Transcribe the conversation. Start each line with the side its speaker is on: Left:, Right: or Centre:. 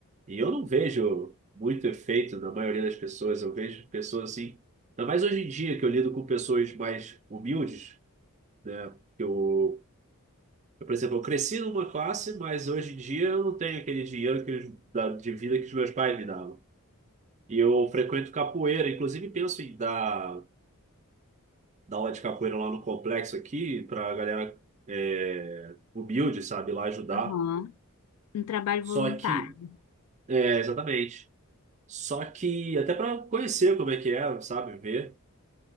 Right: E eu não vejo muito efeito na maioria das pessoas. Eu vejo pessoas assim, ainda mais hoje em dia que eu lido com pessoas mais humildes, né? Que Eu, eu, por exemplo, eu cresci numa classe, mas hoje em dia eu não tenho aquele dinheiro que os, da, de vida que os meus pais me davam. E eu frequento capoeira, inclusive penso em dar, dar aula de capoeira lá no complexo aqui para galera é, humilde, sabe, lá ajudar.
Left: Aham. Um trabalho
Right: Só
Left: voluntário.
Right: que, é, exatamente. Só que até para conhecer como é que é, sabe, ver.